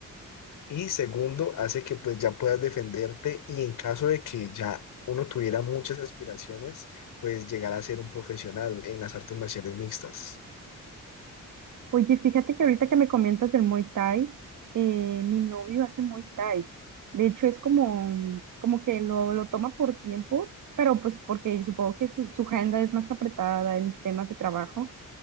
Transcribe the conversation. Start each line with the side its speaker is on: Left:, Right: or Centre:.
Left: Y segundo, hace que pues ya puedas defenderte y en caso de que ya uno tuviera muchas aspiraciones, pues llegar a ser un profesional en las artes marciales mixtas. <clears throat>
Right: Oye, fíjate que ahorita que me comentas del Muay Thai, eh, mi novio hace Muay Thai. De hecho, es como, como que lo, lo toma por tiempos, pero pues porque supongo que su, su agenda es más apretada en temas de trabajo.